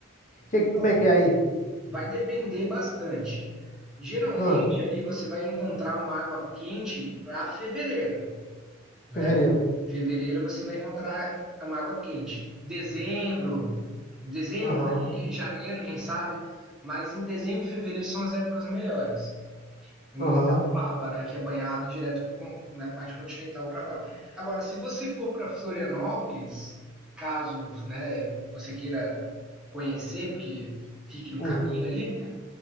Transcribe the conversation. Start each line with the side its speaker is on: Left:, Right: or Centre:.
Left: Que,
Centre: Então,
Left: como é que é aí?
Centre: vai depender bastante. Geralmente
Left: Ah,
Centre: ali você vai encontrar uma água quente para fevereiro, né?
Left: fevereiro.
Centre: Fevereiro você vai encontrar uma água quente. Dezembro, dezembro
Left: Aham,
Centre: ali, janeiro, quem sabe, mas em dezembro e fevereiro são as épocas melhores. em
Left: aham,
Centre: Garopaba, né, que é banhado direto com na parte continental para fora. Agora, se você for para Florianópolis, caso né, você queira conhecer, porque fique no
Left: uhum.
Centre: caminho ali,